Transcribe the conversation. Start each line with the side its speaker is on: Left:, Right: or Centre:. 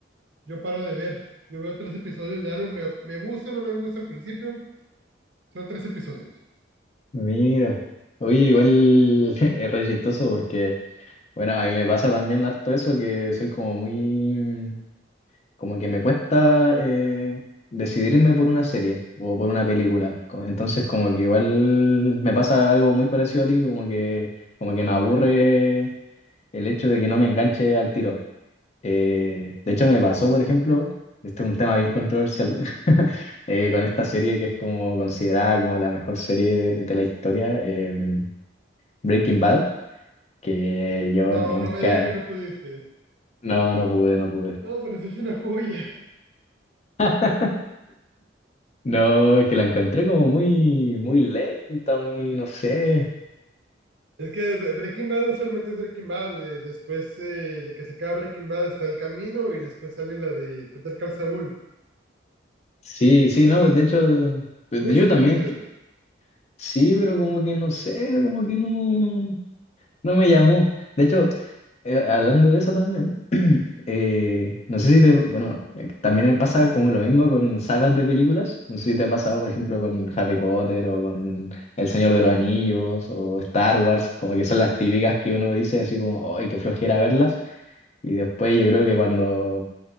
Right: Yo paro de ver. Yo veo tres episodios de algo, me, me gusta o no me gusta al principio. Son tres episodios.
Left: Mira, oye, igual <laughs> es re chistoso porque, bueno, a mí me pasa también harto eso, que soy como muy, como que me cuesta eh, decidirme por una serie o por una película. Co- Entonces, como que igual me pasa algo muy parecido a ti, como que, como que me aburre el hecho de que no me enganche al tiro. Eh, de hecho, me pasó, por ejemplo, este es un tema bien controversial, <laughs> eh, con esta serie que es como considerada como la mejor serie de, de la historia, eh, Breaking Bad, que yo
Right: No,
Left: nunca,
Right: no me digas que no pudiste.
Left: no, no pude, no pude.
Right: No, pero sí es una joya.
Left: <laughs> No, es que la encontré como muy, muy lenta, muy, no sé.
Right: Es que Bre- Breaking Bad no solamente es Breaking Bad, eh, después eh, de que se acaba Breaking Bad está El Camino y después sale la de Peter Call Saul.
Left: Sí, sí,
Right: O sea,
Left: no, de hecho, de-
Right: mucho
Left: yo
Right: contenido.
Left: también, que- sí, pero como que no sé, como que no. No me llamó. De hecho, eh, hablando de eso también, <clears throat> eh, no sé si te, bueno, eh, también me pasa como lo mismo con sagas de películas. No sé si te ha pasado, por ejemplo, con Harry Potter o con El Señor de los Anillos o Star Wars, como que son las típicas que uno dice así como, ¡ay, qué flojera verlas! Y después yo creo que cuando,